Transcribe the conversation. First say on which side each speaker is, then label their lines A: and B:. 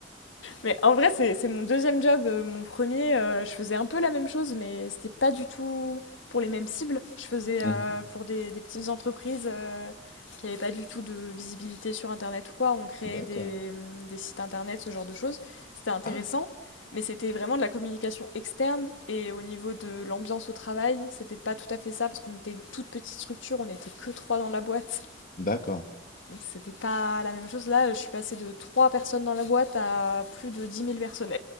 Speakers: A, on the left; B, on the left.
A: Mais en vrai, c'est c'est mon deuxième job. Euh, Mon premier, euh, je faisais un peu la même chose, mais c'était pas du tout pour les mêmes cibles. Je faisais euh,
B: Mhm.
A: pour des, des petites entreprises euh, qui n'avaient pas du tout de visibilité sur Internet ou quoi. On créait
B: D'accord.
A: des, des sites Internet, ce genre de choses. C'était intéressant,
B: Ah,
A: mais c'était vraiment de la communication externe. Et au niveau de l'ambiance au travail, c'était pas tout à fait ça, parce qu'on était une toute petite structure, on n'était que trois dans la boîte.
B: d'accord.
A: Donc c'était pas la même chose. Là, je suis passée de trois personnes dans la boîte à plus de dix mille personnes.